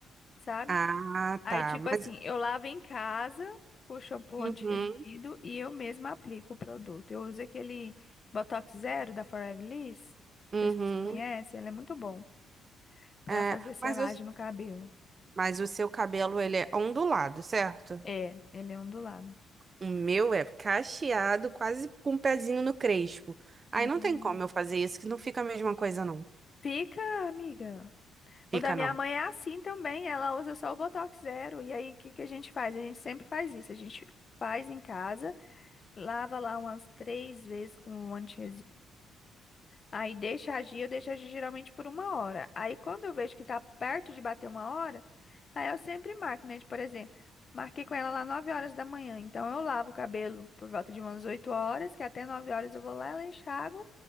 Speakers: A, on the left; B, on the right.
A: sabe?
B: Ah,
A: Aí,
B: tá.
A: tipo assim,
B: Mas,
A: eu lavo em casa com shampoo
B: uhum,
A: anti-resíduo e eu mesma aplico o produto. Eu uso aquele Botox Zero da Forever Liss. Não
B: uhum.
A: sei se você conhece, ele é muito bom pra
B: É,
A: fazer selagem
B: mas eu
A: no cabelo.
B: Mas o seu cabelo, ele é ondulado, certo?
A: É, ele é ondulado.
B: O meu é cacheado, quase com um pezinho no crespo. Aí
A: Hum.
B: não tem como eu fazer isso, que não fica a mesma coisa, não.
A: Fica, amiga.
B: Fica,
A: O da minha
B: não.
A: mãe é assim também, ela usa só o Botox Zero. E aí, o que que a gente faz? A gente sempre faz isso. A gente faz em casa, lava lá umas três vezes com o anti Aí deixa agir, eu deixo agir geralmente por uma hora. Aí quando eu vejo que tá perto de bater uma hora, aí eu sempre marco, né? Tipo, Por exemplo, marquei com ela lá 9 horas da manhã. Então eu lavo o cabelo por volta de umas 8 horas, que até 9 horas eu vou lá, ela enxágua,